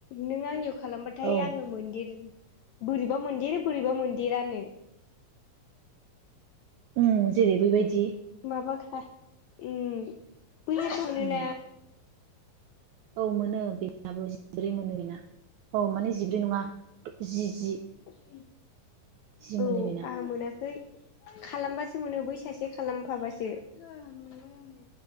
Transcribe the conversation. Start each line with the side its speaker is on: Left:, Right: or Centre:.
Left: नों आंनियो खालामबाथाय
Right: औ
Left: आङो मोनदिर बोरैबा मोनदिर बोरैबा मोनदिरानो
Right: उम जेरै बैबायदि
Left: <unintelligible> उम
Right: उम
Left: <unintelligible>
Right: औ मोनो बेना बो जिब्रै मोनो बेना औ माने जिब्रै नङा जि जि
Left: <unintelligible>
Right: जि
Left: औ
Right: मोनो बेना
Left: आंहा मोनाखै खालामबासो मोनो बै सासे खालामफाबासो जा मेंबाय आङो